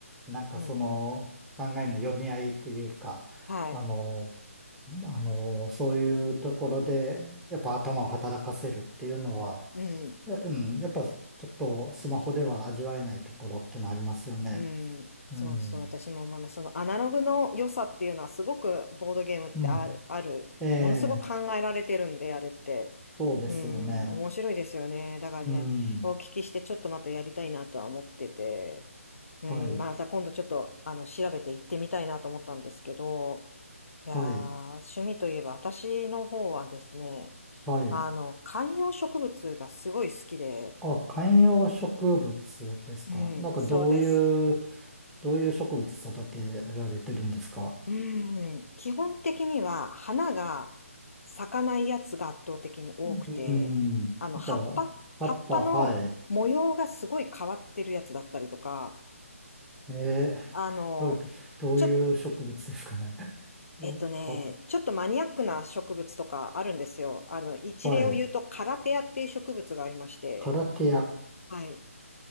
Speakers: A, in the centre; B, on the left.
A: なんかその考えの読み合いというか、
B: うん、はい、
A: あの、あの、そういうところで、やっぱ頭を働かせるっていうのは、
B: うん、
A: や、うん、やっぱちょっとスマホでは味わえないところってのありますよね。
B: うん。
A: うん。
B: そうそう、私も思います。そのアナログの良さっていうのは、すごくボードゲームってある、
A: うん。
B: ある、
A: ええ、
B: ものすごく考えられてるんで、あれって。
A: そうですよね。
B: うん、面白いですよね。だからね、
A: うん。
B: お聞きしてちょっとまたやりたいなとは思ってて、うん、
A: はい。
B: また今度ちょっとあの調べて行ってみたいなと思ったんですけど、いやー、
A: はい。
B: 趣味といえば私の方はですね、
A: はい。
B: あの、観葉植物がすごい好きで、
A: あ、観葉植物ですか。
B: うん、
A: なんかどういう、
B: そうです。
A: どういう植物育てられてるんですか。
B: うん、基本的には花が咲かないやつが圧倒的に多くて、
A: うんうん。
B: あの、
A: じゃあ、
B: 葉っぱ葉っぱの模様がすごい変わってるやつだったりとか、
A: 葉っぱ、はい。えー、
B: あの、
A: どう、どういう植物ですかね。
B: ちょ、
A: <laughs>
B: えっとね、
A: え、葉っ
B: ちょっとマニアックな植物とかあるんですよ。あの、一例を言うと、
A: ぱ、はい。
B: カラテアっていう植物がありまして、
A: カラテア。
B: はい。